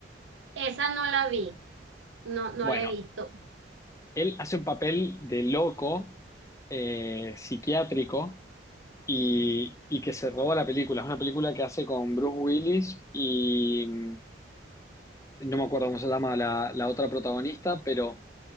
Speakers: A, on the right; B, on the left.
A: esa no la vi, no, no
B: Bueno,
A: la he visto.
B: él hace un papel de loco eh, psiquiátrico y, y que se roba la película. Es una película que hace con Bruce Willis y mm, no me acuerdo cómo se llama la, la otra protagonista, pero...